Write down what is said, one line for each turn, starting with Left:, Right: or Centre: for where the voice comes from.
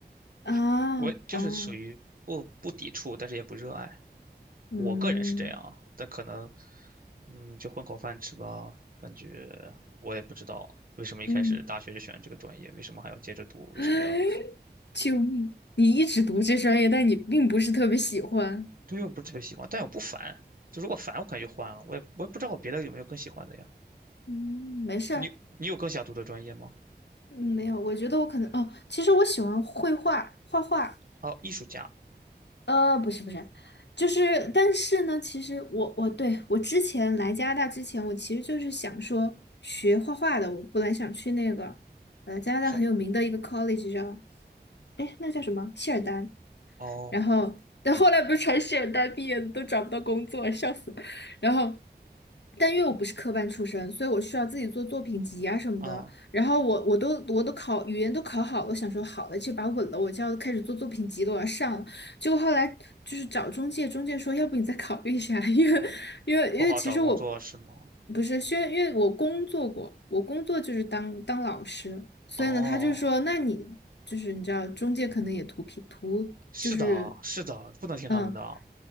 Left: 啊，
Right: <laughs> 我就是属于不不抵触，
Left: 哦，
Right: 但是也不热爱。
Left: 嗯
Right: 我个人是这样啊，但可能，嗯，就混口饭吃吧。感觉我也不知道为什么一开始大学就选了这个专业，
Left: 嗯，
Right: 为什么还要接着读，
Left: <laughs>
Right: 为什么要？
Left: 救命！你一直读这专业，但你并不是特别喜欢。
Right: 对，我不是特别喜欢，但我不烦。就如果烦，我可能就换了。我也我也不知道我别的有没有更喜欢的呀。
Left: 嗯，没事儿，
Right: 你你有更想读的专业吗？
Left: 嗯，没有，我觉得我可能哦，其实我喜欢绘画，画画。
Right: 哦，艺术家，
Left: 呃，不是不是，就是，但是呢，其实我我对我之前来加拿大之前，我其实就是想说学画画的，我本来想去那个呃加拿大很有名的一个
Right: 说
Left: college 叫，哎，那个叫什么？谢尔丹，
Right: 哦
Left: 然后，但后来不是传诗人毕业的都找不到工作，笑死。然后，但因为我不是科班出身，所以我需要自己做作品集啊什么的。
Right: 啊，
Left: 然后我我都我都考语言都考好了，我想说好了，这把稳了，我就要开始做作品集了，我要上了。结果后来就是找中介，中介说要不你再考虑一下，<laughs> 因为因为因为其实我
Right: 不好找工作是吗？
Left: 不是，虽然因为我工作过，我工作就是当当老师，所以呢，
Right: 哦，
Left: 他就说那你就是你知道中介可能也图便图就是
Right: 是的，是的，不能听他们的。
Left: 嗯，